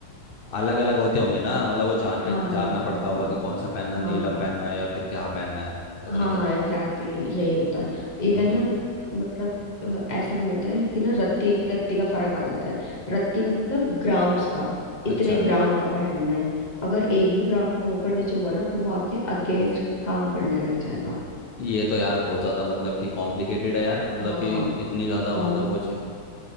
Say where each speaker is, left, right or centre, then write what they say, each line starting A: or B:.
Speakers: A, on the left; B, on the left.
A: अलग अलग होते होंगे ना मतलब वो जान
B: हाँ
A: पे जानना पड़ता होगा
B: हाँ
A: कि कौन सा पहनना
B: हाँ
A: नीलम पहनना है या फिर क्या पहनना है पता
B: हाँ
A: नहीं क्या
B: एग्जैक्टली यही होता है इवन
A: हम्म
B: ना मतलब अ, ऐसा भी होता है कि ना रत्ती रत्ती का फर्क आ जाता है रत्ती मतलब ग्राम्स का
A: अच्छा
B: इतने ग्राम का पहनना है अगर एक भी ग्राम ऊपर नीचे हुआ ना तो वो आपके अगेंस्ट काम करने लग जाएगा
A: ये तो यार बहुत ज्यादा मतलब कि कॉम्प्लिकेटेड है यार मतलब
B: हाँ
A: कि इतनी ज्यादा
B: कॉम
A: मतलब वो चीज